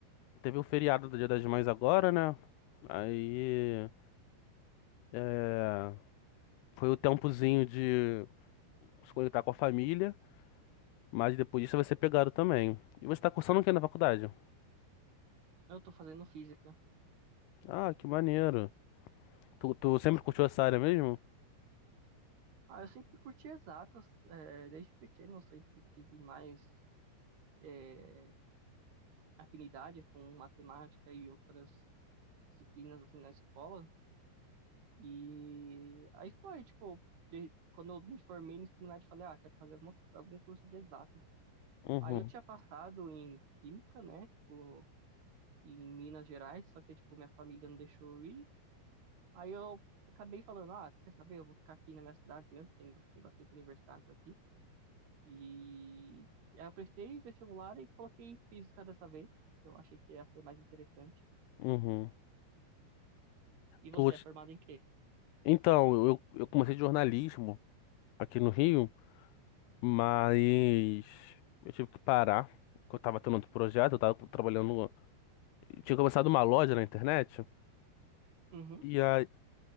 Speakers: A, on the left; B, on the right.
A: Teve o feriado do Dia das Mães agora, né? Aí, é, foi o tempozinho de se conectar com a família, mas depois disso vai ser pegado também. E você tá cursando o quê na faculdade?
B: Eu tô fazendo física.
A: Ah, que maneiro. Tu, tu sempre curtiu essa área mesmo?
B: Ah, eu sempre curti exatas, é, desde pequeno eu sempre tive mais é, afinidade com matemática e outras disciplinas, assim, na escola. E aí foi, tipo, de- quando eu me formei no ensino médio, eu falei, ah, quero fazer alguma, algum curso de exatas.
A: Uhum,
B: Aí eu tinha passado em química, né, tipo, em Minas Gerais, só que, tipo, minha família não deixou eu ir. Aí eu acabei falando, ah, quer saber, eu vou ficar aqui na minha cidade mesmo, tem, tem bastante universidades aqui. E aí eu prestei vestibular e coloquei física dessa vez. Eu achei que essa é mais interessante.
A: uhum.
B: E você
A: Tu-
B: é formado em quê?
A: então, eu, eu comecei jornalismo aqui no Rio, mas eu tive que parar, porque eu tava tendo outro projeto, eu tava trabalhando. eu tinha começado uma loja na internet,
B: Uhum,
A: e aí,